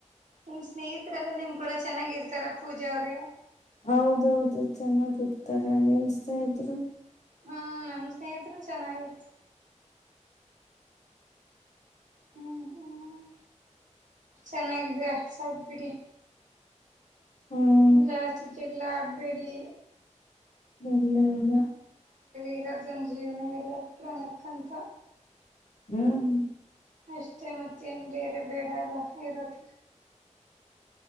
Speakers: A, on the right (about 80°); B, on the left (about 65°).
A: ನಿಮ್ ಸ್ನೇಹಿತರೆ ಎಲ್ಲ ನಿಮ್ ಕೂಡ ಚೆನ್ನಾಗಿ ಇರ್ತಾರ ಪೂಜೆ ಅವ್ರೇ
B: ಹೌದೌದು ಚೆನ್ನಾಗಿರ್ತಾರೆ ನಿಮ್ಮ ಸ್ನೇಹಿತರು
A: ಹಾ ನಮ್ ಸ್ನೇಹಿತರು ಚೆನ್ನಾಗಿರ್ತ ಹ್ಮ್ ಹ್ಮ ಚೆನ್ನಾಗಿದ ಸಾಕು ಬಿಡಿ
B: ಹ್ಮ್
A: ಜಾಸ್ತಿ ಜಗಳ ಆಡಬೇಡಿ
B: ಎಲ್ಲ ಇಲ್ಲ
A: ಇರೋದೊಂದು ಜೀವನ ಎಲ್ಲರ ಕೂಡ ನಕ್ಕಂತ
B: ಹ್ಮ್
A: ಅಷ್ಟೇ ಮತ್ತೇಏನ್ ಬೇರೆ ಬೇಡ ಅಲ್ಲ ಇರೋಕ